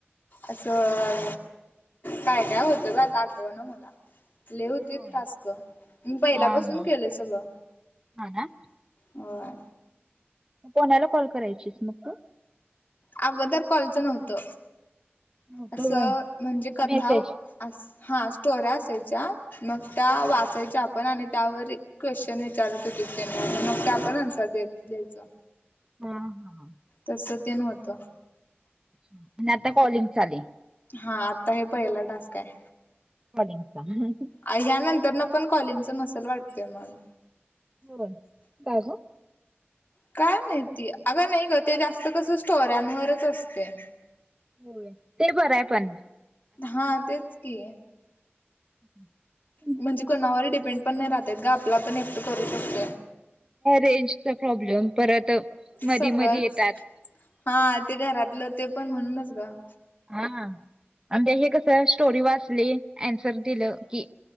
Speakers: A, on the left; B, on the right.
A: असं काय काय होतं? ग आता आठवा ना मला. लय होतीत.
B: होय.
A: टास्क मी पहिला
B: हा
A: बसून
B: हा
A: केलेयं सगळं.
B: हा ना
A: होय.
B: कोणाला कॉल करायचीस मग तू?
A: अगोदर कॉलच नव्हतं.
B: नव्हतं
A: असं
B: व्हय
A: म्हणजे कथा
B: मेसेज.
A: अस हा स्टोऱ्या असायच्या. मग त्या
B: बर
A: वाचायच्या आपण आणि त्यावर क्वेश्चन विचारत होती, त्यांनी आणि मग त्या पण अन्सर द द्यायचं.
B: हा हा ह.
A: तस ते नव्हतं.
B: आणि आता कॉलिंग चालू
A: हा आता हे पहिला टास्क आहे.
B: <unintelligible>
A: ह्यानंतर ना पण कॉलिंगचा नसलं, वाटतेय मला.
B: बरं काय ग?
A: काय माहिती अगं! नाही गं ते जास्त कसं स्टोर्यांवर असतय.
B: हो ते बरं आहे पण
A: हा, तेच की.
B: <inaudible> <unintelligible>
A: म्हणजे कोणावर डिपेंड पण नाही राहत ग आपला पण एकट करू शकतोय
B: रेंज चा प्रॉब्लेम. परत मधी
A: सगळंच,
B: मधी येतात
A: हा ते घरातलं ते पण म्हणूनच गं.
B: हा, आ हे कसं स्टोरी वाचली. अन्सर दिलं की